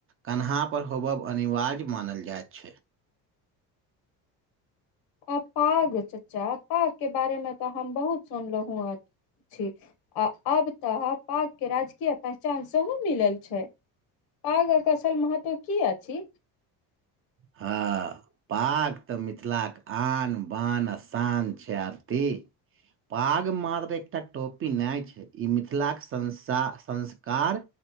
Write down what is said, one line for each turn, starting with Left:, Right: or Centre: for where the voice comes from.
Right: कन्हा पर होबब अनिवार्य मानल जाइत छैय
Left: अ पाग चचा पाग के बारे मे तऽ हम बहुत सुनलहु हऽ छी आ आब तऽ पाग के राजकीय पहचान सेहो मिलल छैय पागक असल महत्व की अछि
Right: हँ पाग तऽ मिथिलाक आन बान आ शान छैय आरती पाग मार एकटा टोपी नहि छैय ई मिथिलाक संसा संस्कार